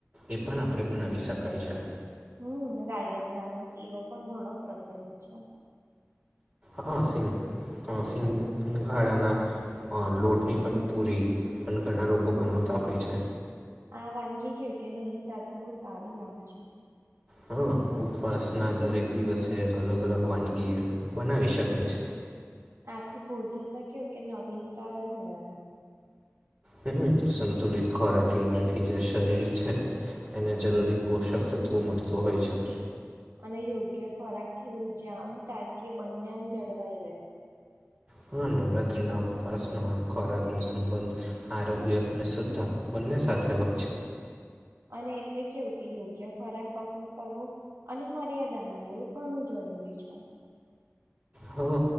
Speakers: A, on the right; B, on the right.
A: એ પણ આપડે બનાવી શકાય છે.
B: હમ્મ, રાજગરાનો શીરો પણ ઘણો પ્રચલિત છે.
A: હા, સિ હ સિંગઘાડાના અ લોટની પણ પૂરી પણ ઘણા લોકો બનાવતા હોય છે.
B: આ વાનગી કેવું કે દહી સાથે બહુ સારું લાગે છે.
A: હ ઉપવાસના દરેક દિવસે અલગ અલગ વાનગી બનાવી શકાય છે.
B: આથી ભોજનમાં કેવું કે નવીનતા રહે એમ.
A: હુંકુ, સંતુલિત ખોરાક લેવાથી જે શરીર છે એને જરૂરી પોષક તત્વો મળત હોય છે.
B: અને યોગ્ય ખોરાક થી ઉર્જા અને તાજગી બંને આમ જળવાઈ રહેે.
A: હા નવરાત્રી ના ઉપવાસ માં ખોરાક નો સંબંધ આરોગ્ય અને શ્રદ્ધા બંને સાથે હોય છે.
B: અને એટલે કેવું કે યોગ્ય ખોરાક પસંદ કરવો અને મર્યાદામાં લેવું ઘણું જરૂરી છે.
A: હં